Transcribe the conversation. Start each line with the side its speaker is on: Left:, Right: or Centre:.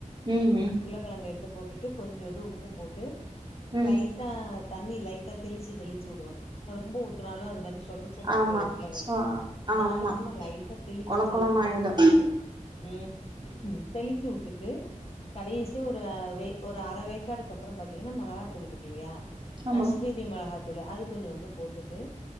Right: ம் ம்
Left: கிழங்க எடுத்து போட்டுட்டு கொஞ்சோண்டு உப்பு போட்டு
Right: ம்.
Left: லைட் டா தண்ணி லைட்டா தெளிச்சு தெளிச்சு விடுவே ரொம்ப ஊத்துனாலு அது ஒரு மாரி சொத சொதன்னு
Right: ஆமா.
Left: போயிடு உருளக்கெழங்கு
Right: சோ
Left: அதுனால
Right: ஆமா.
Left: சும்மா லைட்டா தெளிச்சு
Right: கொழ
Left: தெளிச்சு
Right: கொழன்னு
Left: மட்டும்
Right: ஆயிடும்.
Left: வுட்டுட்டு ம் தெளிச்சு வுட்டுட்டு கடேசியா ஒரு வே ஒரு அர வேக்காடுக்கு அப்பறம் பாத்தீங்கனா மொளகாத்தூள் இருக்கு இல்லியா
Right: ஆமா.
Left: கஷ்மீரி மொளகாத்தூளு அது கொஞ்சோண்டு போட்டுட்டு